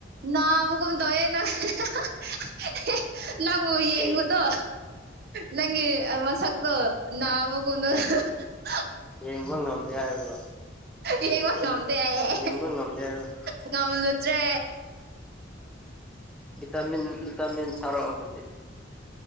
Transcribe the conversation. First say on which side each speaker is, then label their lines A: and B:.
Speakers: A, on the right; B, in the centre.
A: ꯅꯅꯥꯕ ꯀꯨꯃꯗꯋꯦ ꯅ <unintelligible> ꯅꯪ ꯌꯦꯡꯉꯗꯣ
B: ꯀꯩꯒꯤ
A: ꯅꯪꯒꯤ ꯃꯁꯛꯗꯨ ꯅꯥꯕ ꯒꯨꯝꯅ <unintelligible>
B: ꯌꯦꯡꯕ ꯉꯝꯗꯦ ꯍꯥꯏꯕ꯭ꯔꯣ
A: ꯌꯦꯡꯕ ꯉꯝꯇꯦ ꯍꯥꯏꯌꯦ
B: ꯌꯦꯡꯕ ꯉꯝꯗꯦ ꯍꯥꯏꯕ꯭ꯔꯣ
A: ꯉꯝꯖꯗ꯭ꯔꯦ
B: ꯚꯤꯇꯥꯃꯤꯟ ꯚꯤꯇꯥꯃꯤꯟ ꯊꯥꯔꯛꯑꯣ ꯑꯗꯨꯗꯤ